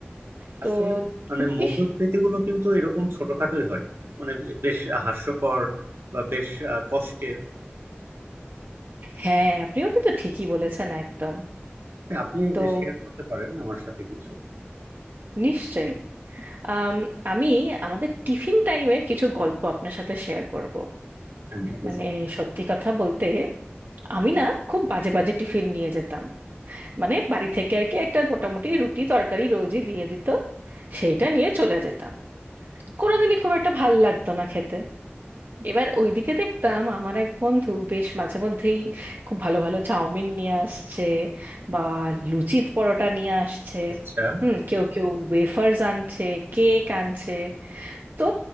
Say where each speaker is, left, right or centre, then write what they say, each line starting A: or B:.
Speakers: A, on the right; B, on the right.
A: তো
B: আসলে মানে
A: খুব বেশ-
B: মধুস্মৃতি গুলো কিন্তু এরকম ছোটখাটোই হয় মানে বেশ হাস্যকর বা বেশ আহ, কষ্টের
A: হ্যাঁ আপনিও কিন্তু ঠিকই বলেছেন একদম
B: হ্যাঁ, আপনি
A: তো
B: শেয়ার করতে পারেন আমার সাথে কিছু
A: নিশ্চয়ই আম, আমি আমাদের টিফিন টাইমের কিছু গল্প আপনার সাথে শেয়ার করব
B: হ্যাঁ অবশ্যই
A: মানে সত্যি কথা বলতে আমি না খুব বাজে বাজে টিফিন নিয়ে যেতাম মানে বাড়ি থেকে আর কি একটা মোটামুটি রুটি তরকারি রোজই দিয়ে দিত সেইটা নিয়ে চলে যেতাম কোনোদিনই খুব একটা ভাল লাগতো না খেতে এবার ওইদিকে দেখতাম আমার এক বন্ধু বেশ মাঝে মধ্যেই খুব ভালো ভালো চাউমিন নিয়ে আসছে বা লুচি পরোটা নিয়ে আসছে
B: আচ্ছা
A: হুম কেউ কেউ ওয়েফার্স আনছে কেক আনছে তো